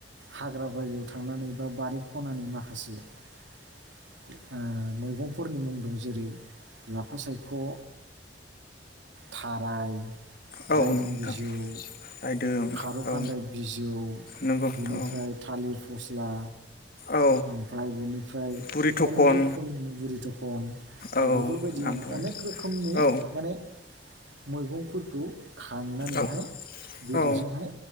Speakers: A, on the right (about 85°); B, on the left (about 55°).
A: हाग्रा बारियाव थांनानै बा बारि खनानि माखासे ओ मैगंफोरनि मुं दं जेरै लाफा सायख' ओ थाराय
B: औ
A: रायदों
B: नोंथां
A: बिजौ।
B: रायदों
A: खार खान्दाय
B: औ
A: बिजौ
B: नंगौ नोंथां
A: बिनिफ्राय
B: औ
A: थालिर फस ला
B: औ
A: ओमफ्राय बिनिफ्राय
B: बुरि थखन
A: अनेक रोखोमनि बुरि थखन।
B: औ
A: बेफोरबायदिनो
B: ओमफ्राय
A: अनेक रोखोमनि
B: औ
A: माने मैगंफोरखौ। खांनानैहाय
B: औ
A: बेदरजोंहाय
B: औ